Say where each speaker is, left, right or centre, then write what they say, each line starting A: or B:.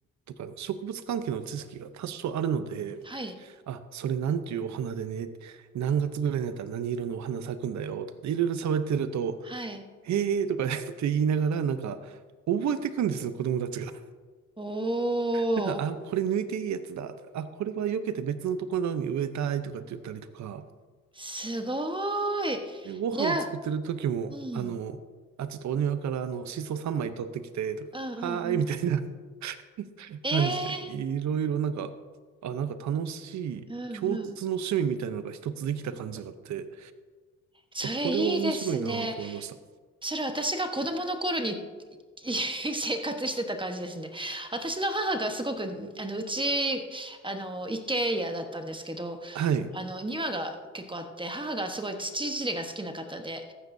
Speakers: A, on the right (about 65°); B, on the right (about 15°).
A: とかの植物関係の知識が多少あるので、
B: はい。
A: あ、それなんていうお花でね、何月ぐらいになったら何色のお花咲くんだよ、とかっていろいろ喋ってると、
B: はい。
A: へーとか言って言いながら、なんか、覚えてくんですよ、子供たちが。
B: おー。
A: だから、あ、これ抜いていいやつだ。あ、これは避けて別のところに植えたいとかって言ったりとか、
B: すごーい。
A: で、ご飯作ってる時も、
B: いや、うん。
A: あの、あ、ちょっとお庭からあの、シソ3枚取ってきて、とか、
B: うんうんうん。
A: はーい、みたいな <laughs>
B: ええ
A: 感じで、いろいろなんか、あ、なんか楽しい共通の趣味みたいなのが一つできた感じがあって、
B: ー。うんうん。それいいですね。
A: あ、これは面白いなと思いました。
B: それ私が子供の頃に <laughs> 生活してた感じですね。私の母がすごく、あの、うち、あの、一軒家だったんですけど、
A: はい、
B: あの、庭が結構あって、母がすごい土いじりが好きな方で、